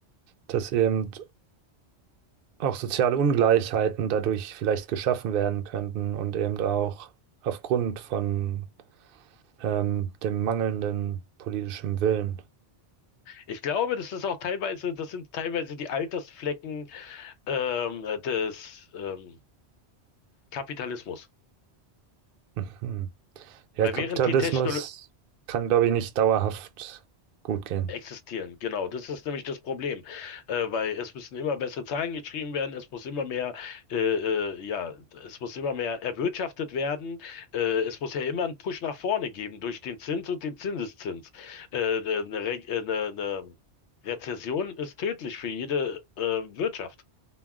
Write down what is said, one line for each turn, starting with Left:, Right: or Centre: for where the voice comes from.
Right: dass eben auch soziale Ungleichheiten dadurch vielleicht geschaffen werden könnten und eben auch aufgrund von ähm, dem mangelnden politischen Willen.
Left: Ich glaube, das ist auch teilweise, das sind teilweise die Altersflecken, ähm, des ähm, Kapitalismus.
Right: Mhm. Ja,
Left: Weil
Right: Kapitalismus
Left: während die Technologie
Right: kann, glaube ich, nicht dauerhaft gut gehen.
Left: existieren, genau, das ist nämlich das Problem. Äh, weil es müssen immer bessere Zahlen geschrieben werden, es muss immer mehr, äh, äh, ja, es muss immer mehr erwirtschaftet werden, äh, es muss ja immer einen Push nach vorne geben durch den Zins und den Zinseszins. Äh, äh, eine, Re äh, eine, eine Rezession ist tödlich für jede äh, Wirtschaft.